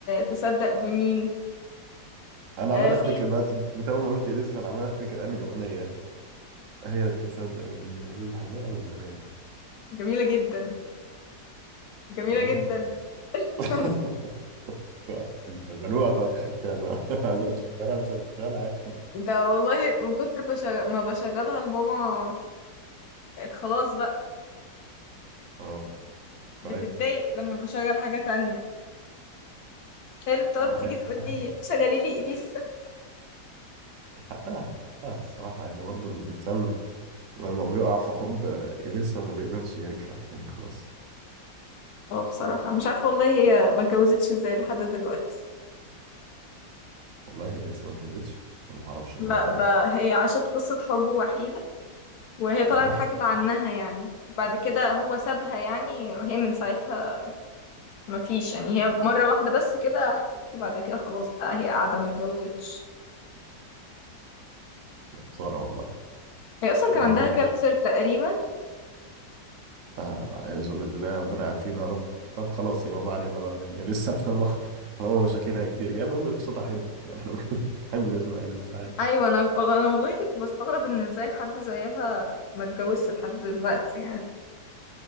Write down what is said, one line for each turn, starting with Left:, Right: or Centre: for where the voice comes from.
Left: تصدق بمين
Right: انا
Left: آه
Right: عمال افتكر
Left: في
Right: بقى انت اول ما قلت إيه لسه انا عمال افتكر انهي اغنيه هي تصدق من مين دي أنا بحبها قوي الاغنيه دي
Left: جميلة جدا جميلة
Right: جميله
Left: جدا
Right: أوي.
Left: <laughs>
Right: <laughs> نشغلوها طيب يعني <laughs> عايز نشغلها نشغلها عادي
Left: ده والله من كتر بشغ... ما بشغلها لماما بقت خلاص بقى
Right: اه طيب
Left: بتتضايق لما بشغل حاجة تانية هي اللي بتقعد
Right: والله
Left: تيجي تقول
Right: حقها
Left: لي شغلي لي إليسا
Right: حقها حقها الصراحه يعني برضو الانسان لما بيقع في حب لسه ما بيقدرش يرجع تاني خلاص
Left: <laughs> اه بصراحة مش عارفة والله هي ما اتجوزتش ازاي لحد دلوقتي
Right: والله هي لسه ما اتجوزتش انا ما اعرفش المعلومه
Left: لا ده
Right: دي
Left: هي عاشت قصة حب وحيدة وهي طلعت
Right: اه
Left: حكت عنها يعني بعد كده هو سابها يعني وهي من ساعتها ما فيش يعني هي مرة واحدة بس كده حبيبته بعد كده خلاص بقى هي قاعدة ما اتجوزتش
Right: خساره والله
Left: هي أصلا كان
Right: انا
Left: عندها
Right: بحب
Left: كانسر تقريبا
Right: أعوذ بالله ربنا يعافينا يا رب طب خلاص يبقى ما علينا بقى من <laughs> لسه لما طالما مشاكلها كتير كده المهم صوتها حلو يعني احنا بنحب <laughs> نسمع عيلة سعيد
Left: أيوة أنا أنا والله كنت بستغرب إن إزاي حد زيها ما اتجوزش لحد دلوقتي يعني